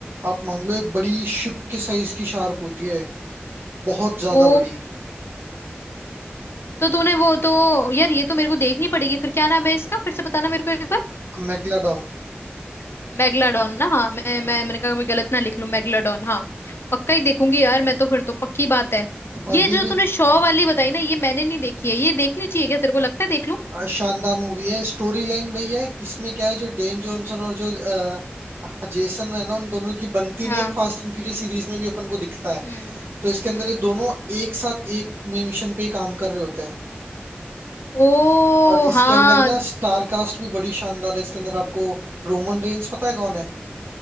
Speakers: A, on the right (about 70°); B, on the left (about 75°).
A: आप मान लो एक बड़ी शिप के साइज की शार्क होती है बहुत ज्यादा
B: ओ
A: बड़ी
B: तो तूने वो तो यार ये तो मेरे को देखनी पड़ेगी फिर क्या नाम है इसका फिर से बताना मेरे को एक बार
A: मैग्नाडॉन
B: मैगलाडॉन ना हाँ मैं मैं
A: हम्म,
B: मैंने कहा मैं गलत ना लिख लूं मैगलाडॉन हाँ पक्का ही देखूंगी यार मैं तो फिर तो पक्की बात है
A: और
B: ये
A: ये
B: जो
A: भी
B: तूने शॉ वाली बताई ना ये मैंने नहीं देखी है ये देखनी चाहिए क्या तेरे को लगता है देख लूं
A: आ, शानदार मूवी है स्टोरी लाइन वही है इसमें क्या है जो डेन जॉनसन और जो आ, जेसन है ना उन दोनों की बनती
B: हाँ
A: नहीं है फास्ट एंड फ्यूरियस सीरीज में भी अपन को दिखता है
B: हम्म
A: तो इसके
B: हम्म
A: अंदर ये दोनों एक साथ एक मिशन पे ही काम कर रहे होते हैं
B: ओ
A: और इसके
B: हाँ
A: अंदर ना स्टार कास्ट भी बड़ी शानदार है इसके अंदर आपको रोमन रेंस पता है कौन है